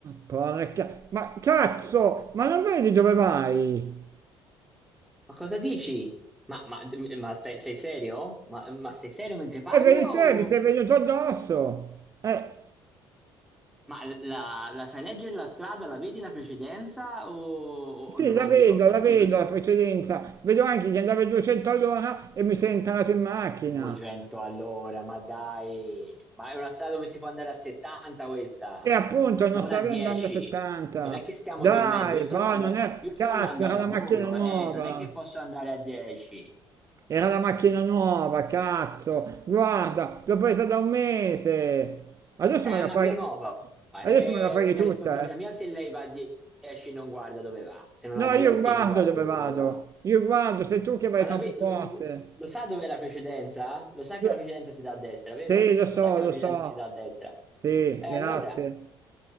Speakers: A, on the right; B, in the centre.
A: Porca... Ma cazzo! Ma non vedi dove vai?
B: Ma cosa dici? Ma, ma- ma stai- sei serio? Ma, ma sei serio mentre parli
A: E vedi
B: o...
A: te, mi sei venuto addosso! Eh,
B: Ma la, la sai leggere la strada, la vedi la precedenza o,
A: sì,
B: o non
A: la
B: hai
A: vedo,
B: gli occhi?
A: la
B: Scusami.
A: vedo la precedenza. Vedo anche che andava a 200 all'ora e mi sei entrato in macchina.
B: 200 all'ora, ma dai. Ma è una strada dove si può andare a 70 questa,
A: E appunto non
B: non
A: stavi
B: a 10.
A: andando a 70.
B: Non è che stiamo
A: Dai,
B: dormendo, io sto
A: però
B: andando,
A: non
B: a-
A: è...
B: io sto
A: Cazzo,
B: andando
A: era
B: al lavoro,
A: la macchina nuova.
B: eh, non è che posso andare a 10.
A: Era la macchina nuova, cazzo. Guarda, l'ho presa da un mese. Adesso
B: Eh,
A: me la
B: ma
A: fai...
B: che nuova? Eh,
A: Adesso me la fai
B: non è mia
A: tutta,
B: responsabilità
A: eh.
B: mia se lei va a 10 e non guarda dove va, se non
A: No,
B: ha gli
A: io
B: occhi
A: guardo
B: e non guarda
A: dove
B: dove
A: vado,
B: va.
A: io guardo, sei tu che vai
B: Ma la
A: troppo
B: ve-
A: forte.
B: lo, lo sa dov'è la precedenza? Lo sa
A: Lo-
B: che la precedenza si dà a destra, vero?
A: Sì, lo so,
B: Lo sa che la
A: lo
B: precedenza
A: so.
B: si dà a destra.
A: Sì,
B: E
A: grazie.
B: allora